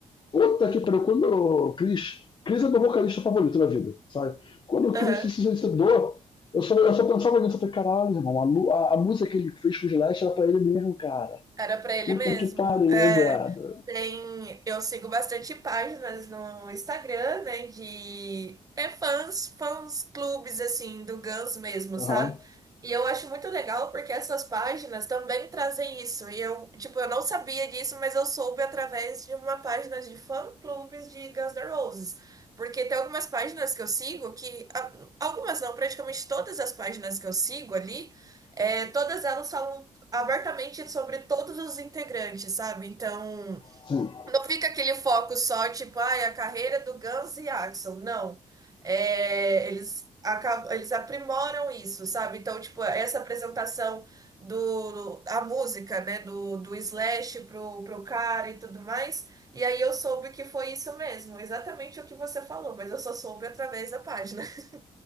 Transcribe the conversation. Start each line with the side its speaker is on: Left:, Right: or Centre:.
Left: Puta que pariu, quando o Chris. Chris é meu vocalista favorito da vida, sabe? Quando o
Right: aham.
Left: Chris se suicidou, eu só, eu só pensava nisso, eu falei, caralho, irmão, a, a, a música que ele fez com o Slash era pra ele mesmo, cara.
Right: Era pra ele
Left: Puta
Right: mesmo.
Left: que pariu,
Right: É,
Left: viado.
Right: tem, eu sigo bastante páginas no Instagram, né, de é fãs, fãs clubes assim do Guns mesmo,
Left: Aham,
Right: sabe?
Left: uhum,
Right: E eu acho muito legal porque essas páginas também trazem isso. E eu, tipo, eu não sabia disso, mas eu soube através de uma página de fã clubes de Guns N' Roses. Porque tem algumas páginas que eu sigo que a- algumas não, praticamente todas as páginas que eu sigo ali é, todas elas falam abertamente sobre todos os integrantes, sabe? Então,
Left: sim.
Right: não fica aquele foco só, tipo, ai, a carreira do Guns e Axl. Não. É, eles, acabam, eles aprimoram isso, sabe? Então, tipo, essa apresentação do, a música, né, do, do Slash pro, pro cara e tudo mais. E aí eu soube que foi isso mesmo, exatamente o que você falou, mas eu só soube através da página. <laughs>